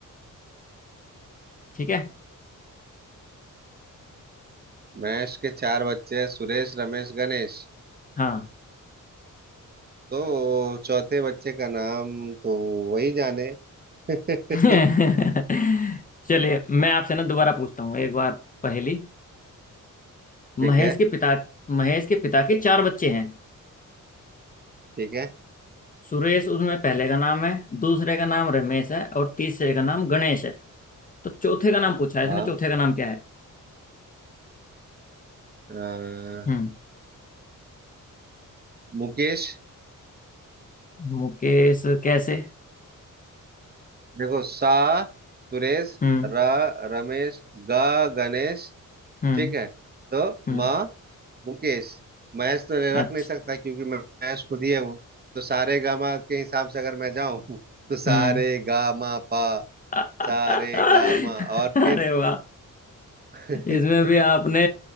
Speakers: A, on the left (about 25°); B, on the right (about 30°).
A: ठीक है
B: महेश के चार बच्चे हैं सुरेश रमेश गणेश
A: हाँ
B: तो चौथे बच्चे का नाम तो वही जाने <laughs> ठीक
A: <laughs> चलिए मैं आपसे ना दोबारा पूछता हूँ एक बार पहेली महेश
B: है
A: के पिता महेश के पिता के चार बच्चे हैं
B: ठीक है
A: सुरेश उसमें पहले का नाम है दूसरे का नाम रमेश है और तीसरे का नाम गणेश है तो चौथे का नाम पूछा है
B: हाँ
A: इसने चौथे का नाम क्या है
B: अ,
A: हम्म
B: मुकेश
A: मुकेश कैसे
B: देखो सा सुरेश
A: हम्म
B: र रमेश ग गणेश
A: हम्म
B: ठीक है तो
A: हम्म
B: म मुकेश महेश तो
A: अच्छा
B: रख नहीं सकता क्योंकि महेश खुद ही है वो तो सारे गामा के हिसाब से अगर मैं जाऊं तो सारे
A: हम्म
B: गामा पा
A: <laughs>
B: सारे गामा और फिर
A: अरे वाह
B: <laughs>
A: इसमें भी आपने